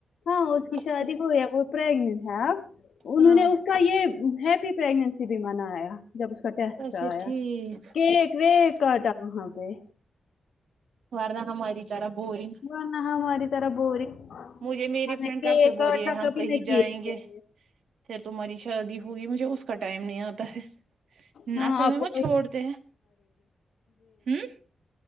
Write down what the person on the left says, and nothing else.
ہاں اس کی
شادی کو یا تو پراگنینٹ ہے اپ انہوں
نے اس کا یہ ہیپی پراگنینسی بھی منایا جب اس کا ٹیسٹ
آیا
کیک ویک کاٹا وہاں پے
ورنہ ہماری طرح بورنگ
ہمیں
کیک
کاٹنا
کبھی
نصیب
نہیں ہے
ہاں
آپکو
<unintelligible>